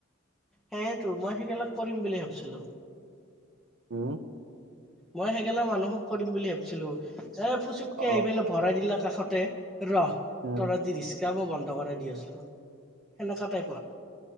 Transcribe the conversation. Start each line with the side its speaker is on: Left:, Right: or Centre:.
Centre: সেইয়েতো মই সেইবিলাক কৰিম বুলি ভাবিছিলো।
Right: উম।
Centre: মই সেইগেলা মানুহক কৰিম বুলি ভাবিছিলো, এ ফুচুককে
Right: অ
Centre: আহি পেলাই ভৰাই দিলাক। কাষতে, ৰহ
Right: উম
Centre: তৰাজি ৰিক্কাা মই বন্ধ কৰাই দি আছো ৰ। সেনেকা টাইপত